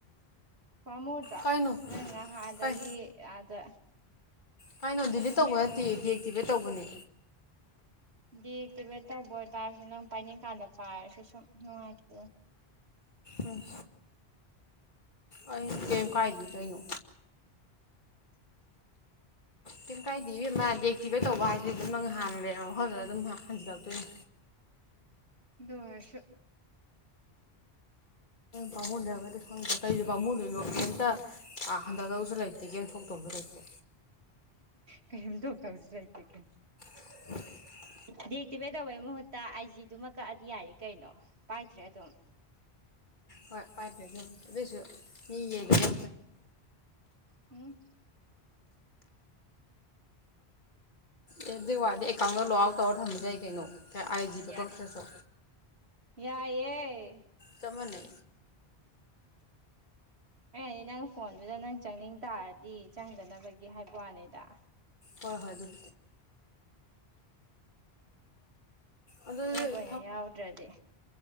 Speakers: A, on the right; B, on the left.
A: ꯄꯥꯝꯃꯨꯗ꯭ꯔꯥ
B: ꯀꯩꯅꯣ
A: ꯅꯪ ꯉꯥꯏꯍꯥꯗꯒꯤ
B: ꯀꯩ
A: ꯑꯥꯗ
B: ꯀꯩꯅꯣ ꯗꯤꯂꯤꯠ ꯇꯧꯕ
A: ꯃꯦ
B: ꯅꯠꯇꯦꯗꯤ ꯑꯦꯛꯇꯤꯚꯦꯠ ꯇꯧꯕꯅꯦ
A: ꯗꯤ ꯑꯦꯛꯇꯤꯚꯦꯠ ꯇꯧꯕ ꯑꯣꯏꯇꯥꯔꯁꯨ ꯅꯪ ꯄꯥꯏꯅꯤꯡꯀꯥꯟꯗ ꯄꯥꯏꯔꯁꯨ ꯁꯨꯝ ꯅꯨꯡꯉꯥꯏꯇꯦ
B: ꯎꯝ ꯑꯩ ꯀꯔꯤ ꯀꯥꯏꯗꯤ ꯀꯩꯅꯣ ꯀꯔꯤ ꯀꯥꯏꯗ ꯑꯃ ꯗꯦꯛꯇꯤꯚ ꯇꯧꯕ ꯍꯥꯏꯁꯤꯗꯤ ꯑꯗꯨꯝ ꯅꯪ ꯍꯥꯟꯅ ꯂꯩꯔꯝꯕ ꯃꯐꯝꯗꯨꯗ ꯑꯗꯨꯝ ꯍꯟꯖꯤꯜꯂꯛꯇꯣꯏꯅꯦ
A: ꯣꯁꯨ
B: ꯀꯃꯅ ꯀꯗꯤ ꯍ ꯀꯩꯗ ꯄꯥꯝꯃꯨ ꯂꯣꯏꯅꯣꯒꯦ ꯑꯛꯇ ꯍꯟꯊꯗꯕꯁꯨ ꯂꯩꯇꯦ ꯒꯦꯝ ꯁꯣꯛꯇꯕꯁꯨ ꯂꯩꯇꯦ
A: ꯀꯔꯤꯝꯇꯣꯛ ꯇꯧꯁꯤ ꯂꯩꯇꯦ ꯀꯦ
B: <unintelligible>
A: ꯗꯤ ꯑꯦꯛꯇꯤꯚꯦꯠ ꯇꯧꯕꯒꯤ ꯃꯍꯨꯠꯇ ꯑꯩꯁꯤꯗꯨꯃꯛ ꯀꯛꯑꯗꯤ ꯌꯥꯏ ꯀꯩꯅꯣ ꯄꯥꯏꯗ꯭ꯔꯦ ꯑꯗꯨꯝ
B: ꯍꯣꯏ ꯄꯥꯏꯗ ꯑꯗꯨꯁꯨ ꯌꯦꯇ
A: ꯎꯝ
B: ꯑꯦꯐ ꯕꯤ ꯋꯥꯏꯗ ꯑꯦꯀꯥꯎꯟꯗ ꯂꯣꯛ ꯑꯥꯎꯠ ꯇꯧꯔ ꯊꯝꯖꯩ ꯀꯩꯅꯣ ꯑꯥꯏ ꯖꯤꯗꯣ
A: ꯌꯥꯏ
B: ꯀꯛꯇ꯭ꯔꯁꯨ
A: ꯌꯥꯏ ꯑꯦꯌꯦꯏ
B: ꯇꯞ ꯃꯅꯤ
A: ꯍꯗꯤ ꯅꯪ ꯐꯣꯟꯗꯨꯗ ꯅꯪ ꯆꯪꯅꯤꯡ ꯇꯥꯔꯗꯤ ꯆꯪꯗꯅꯕꯒꯤ ꯍꯥꯏꯕ ꯋꯥꯅꯤꯗ
B: ꯍꯣꯏ ꯍꯣꯏ ꯑꯗꯨꯦ ꯑꯗꯨꯗꯤ
A: ꯑꯦꯞ ꯑꯣꯏꯅ ꯌꯥꯎꯗ꯭ꯔꯗꯤ